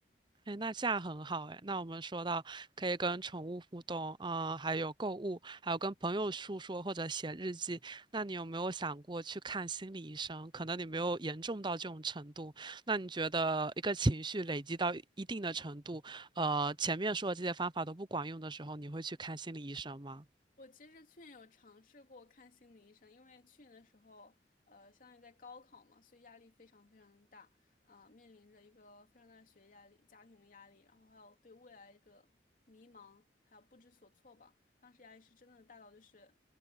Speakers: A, on the right (about 25°); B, on the left (about 50°).
A: 哎，那这样很好哎。那我们说到可以跟宠物互动，啊，还有购物，还有跟朋友诉说或者写日记。那你有没有想过去看心理医生？可能你没有严重到这种程度。那你觉得一个情绪累积到一定的程度，呃，前面说的这些方法都不管用的时候，你会去看心理医生吗？
B: 我其实去年有尝试过看心理医生，因为去年的时候，呃，相当于在高考嘛，所以压力非常非常的大啊，面临着一个非常大的学业压力、家庭的压力，然后还有对未来一个迷茫，还有不知所措吧。当时压力是真的大到就是，